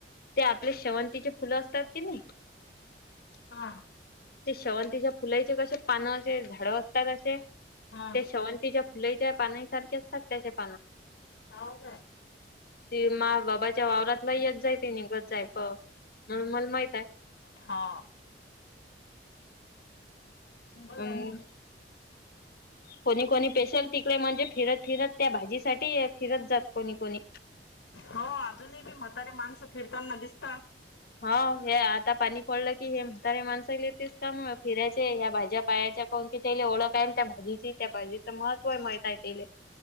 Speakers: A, on the left (about 60°); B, on the left (about 80°).
A: ते आपले शेवंतीचे फुलं असतात की नाही
B: हा
A: ते शेवंतीच्या फुलाईचे कसे पानं असे झाडं असतात असे त्या
B: हा
A: शेवंतीच्या फुलेईच्या पानासारखे असतात त्याच्या पानं
B: हाऊ काय
A: ते मा बाबाच्या वावरातला येत जाय ते निघत जाय प अं मले माहित आहे.
B: हा बरं
A: अ
B: आहे ना
A: कोणी कोणी स्पेशल तिकडे म्हणजे फिरत फिरत त्या भाजी साठी फिरत जात कोणी कोणी
B: हो अजूनही बि म्हातारी माणसं फिरताना दिसता
A: हो हे आता पाणी पडलं की हे म्हातारे माणसांले तेच काम फिरायचे ह्या भाज्या पाह्याच्या कोणती तेले ओळख आहे आणि त्या भाजीची त्या भाजीचं महत्व आहे माहितय तेले